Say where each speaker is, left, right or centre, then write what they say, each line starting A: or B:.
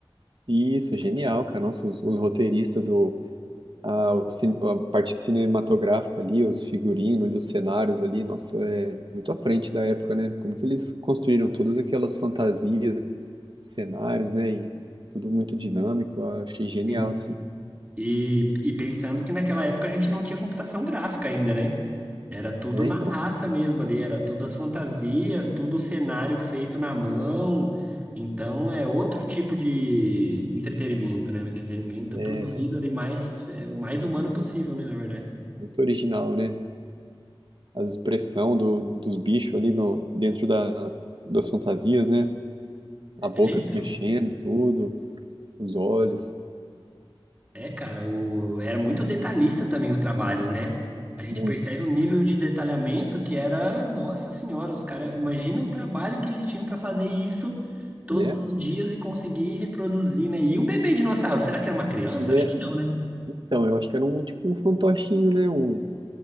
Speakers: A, on the right; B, on the right.
A: Isso, é genial, cara. Nossa, os, os roteiristas, o, a, o cin- a parte cinematográfica ali, os figurinos ali, os cenários ali, nossa, é muito à frente da época, né? Como que eles construíram todas aquelas fantasias, cenários, né? E tudo muito dinâmico. eu Achei genial,
B: Sim.
A: assim.
B: E, e pensando que naquela época a gente não tinha computação gráfica ainda, né? Era
A: Isso,
B: tudo
A: é,
B: na
A: então.
B: raça mesmo ali, era tudo as fantasias, tudo o cenário feito na mão. Então é outro tipo de entretenimento, né? Um entretenimento
A: É,
B: produzido ali mais, é, o mais humano possível, né? Na verdade.
A: Muito original, né? As expressão do, dos bichos ali no, dentro da, das fantasias, né? A boca
B: É, então.
A: se mexendo, tudo, os olhos,
B: É, cara, o... era muito detalhista também os trabalhos, né? A gente
A: muito,
B: percebe um nível de detalhamento que era, nossa senhora, os caras, imagina o trabalho que eles tinham para fazer isso todos
A: né?
B: os dias e conseguir reproduzir, né? E o bebê dinossauro, será que era uma criança?
A: Né?
B: Acho que não, né?
A: Então, eu acho que era um tipo um fantochinho, né? Um,